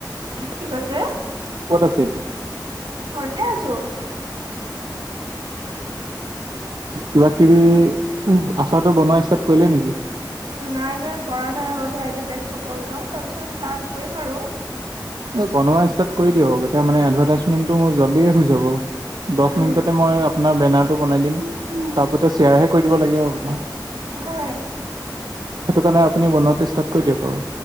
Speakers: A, on the right; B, on the right.
A: কি কৈছে?
B: ক'ত আছে এতিয়া?
A: ঘৰতে আছোঁ।
B: কিবা-কিবি, আচাৰটো বনোৱা ষ্টাৰ্ট কৰিলেই নেকি?
A: উম। নাই, নাই কৰা নাই। আগতে এডভাৰটাইজটো কৰি লওঁ, তাৰ পিছত ষ্টাৰ্ট কৰিম আৰু।
B: বনোৱা ষ্টাৰ্ট কৰি দিয়ক, এতিয়া মানে এডভাৰটাইজমেণ্টটো মোৰ জল্ডিয়ে হৈ যাব। দচ
A: উম,
B: মিনিটতে মই আপোনাৰ বেনাৰটো বনাই দিম। তাৰ ওপৰিতো শ্বেয়াৰহে কৰি দিব লাগিব আপোনাৰ।
A: হয়।
B: সেইটো কাৰণে আপুনি বনোৱাতো ষ্টাৰ্ট কৰি দিয়ক আও